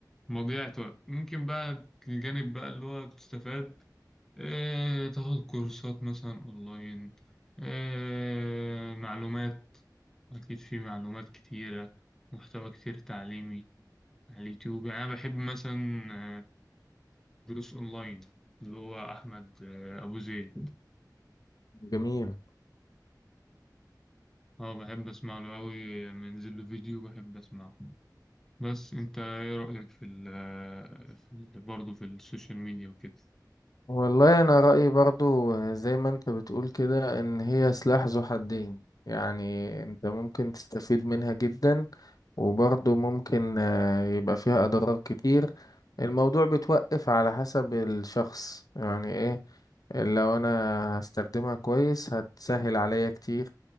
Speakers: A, in the centre; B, on the left (about 55°).
A: موجات بقى ممكن بقى الجانب بقى اللي هو تستفاد آه، تاخد كورسات مثلا أونلاين آه، معلومات أكيد في معلومات كتيرة محتوى كتير تعليمي على اليوتيوب يعني أنا بحب مثلا آه، دروس أونلاين اللي هو أحمد آه، أبو زيد
B: جميل
A: أه بحب أسمع له أوي منزل له فيديو بحب أسمعه بس أنت إيه رأيك في ال آه، في ال- برضه في السوشيال ميديا وكده
B: والله انا رأيي برضو زي ما انت بتقول كده ان هي سلاح ذو حدين يعني انت ممكن تستفيد منها جدا وبرضو ممكن آه، يبقى فيها اضرار كتير الموضوع بتوقف على حسب الشخص يعني ايه لو انا هستخدمها كويس هتسهل عليا كتير